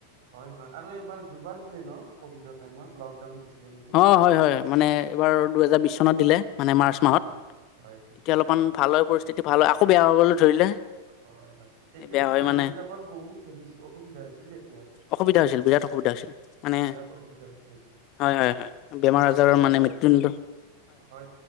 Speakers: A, on the right; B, on the left.
A: হয় হয় আৰু এবাৰ দুবাৰ দিলে ন কভিডৰ টাইমত লক ডাউন দিছিলে নেকি?
B: অঁ হয় হয়। মানে এবাৰ দুহেজাৰ বিশ চনত দিলে মানে মাৰ্চ মাহত
A: হয় হয় হয়
B: তেতিয়া অলপমান ভাল হৈ পৰিছ যেতিয়া ভাল হয় আকৌ বেয়া হবলৈ ধৰিলে।
A: হয় হয় তেতিয়া
B: বেয়া
A: কিন্তু
B: হয়
A: মানুহবিলাকৰ
B: মানে
A: বহুত হেৰি হৈছি অসুবিধা হৈছিল তেতিয়া।
B: অসুবিধা হৈছিল বিৰাট অসুবিধা হৈছিল মানে
A: বিৰাট অসুবিধা হৈছিল
B: হয় হয় হয় বেমাৰ
A: তোমাৰ
B: আজাৰৰ
A: যিবিলাকে
B: মানে মৃত্যুদণ্ড
A: হয়